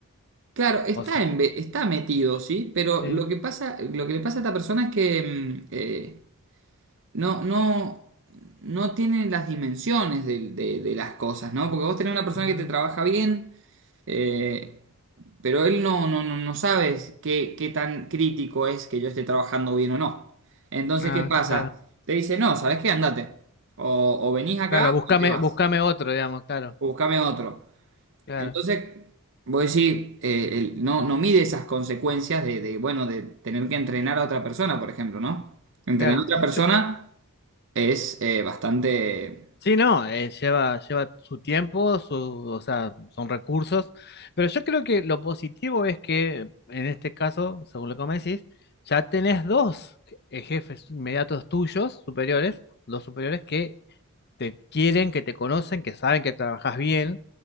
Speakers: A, on the right (about 60°); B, on the left (about 50°).
A: Claro, está,
B: ¿O sí?
A: en, está metido, sí, pero
B: Sí.
A: lo que pasa, lo que le pasa a esta persona es que mm, eh, no, no, no tiene las dimensiones del- de, de las cosas, ¿no? Porque vos tenés una persona
B: Ujú.
A: que te trabaja bien, eh, pero él no, no, no, no sabes qué, qué tan crítico es que yo esté trabajando bien o no. Entonces,
B: Ah,
A: ¿qué pasa?
B: claro.
A: Te dice, no, ¿sabes qué? Andate. O, o venís acá
B: Claro, búscame,
A: o te vas.
B: búscame otro, digamos, claro,
A: O buscame otro.
B: claro,
A: Entonces, vos decís, eh, el- no, no mide esas consecuencias de, de, bueno, de tener que entrenar a otra persona, por ejemplo, ¿no? Entrenar
B: claro.
A: a otra persona
B: Yo,
A: es eh, bastante...
B: Sí, no, eh, lleva, lleva su tiempo, su, o sea, son recursos, pero yo creo que lo positivo es que en este caso, según lo que me decís, ya tenés dos eh, jefes inmediatos tuyos, superiores, dos superiores que te quieren, que te conocen, que saben que trabajas bien,